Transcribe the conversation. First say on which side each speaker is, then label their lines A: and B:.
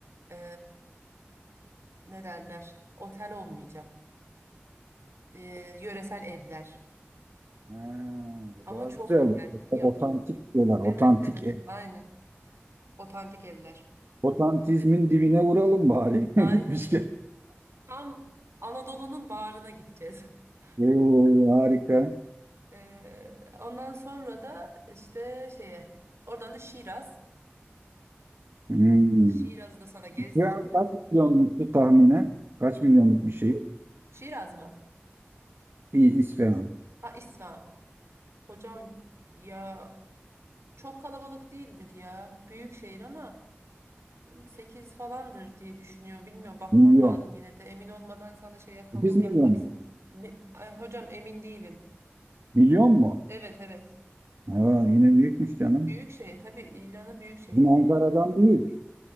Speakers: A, on the right; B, on the right.
A: e, ne derler? Otel olmayacak. E, yöresel evler.
B: Ha, bu
A: Ama
B: daha
A: çok
B: güzel.
A: güzel
B: bak.
A: yapılı.
B: Otantik diyorlar. Otantik.
A: Evet, evet.
B: ev.
A: Aynen. Otantik evler.
B: Otantizmin dibine vuralım bari.
A: Aynen.
B: <laughs> Gitmişken.
A: Tam Anadolu'nun bağrına gideceğiz. <laughs>
B: Oo, harika.
A: E, ondan sonra da işte şeye. Oradan da Şiraz.
B: Hmm.
A: Şiraz'ı da sana gezdireceğim.
B: İsfahan kaç milyonluktu tahminen? Kaç milyonluk bir şey?
A: Şiraz mı?
B: İyi İsfahan.
A: Ha İsfahan. Hocam ya çok kalabalık değildir ya. Büyük şehir ama 8 falandır diye düşünüyor. Bilmiyorum bakmam
B: Milyon.
A: lazım yine de. Emin olmadan sana şey yapam
B: 8 milyon
A: yapmak istemiyorum.
B: mu?
A: Hocam emin değilim.
B: Milyon mu?
A: Evet evet.
B: Aa, yine büyükmüş canım.
A: Büyük şehir tabii İran'ın büyük şehirleri.
B: Bizim Ankara'dan büyük.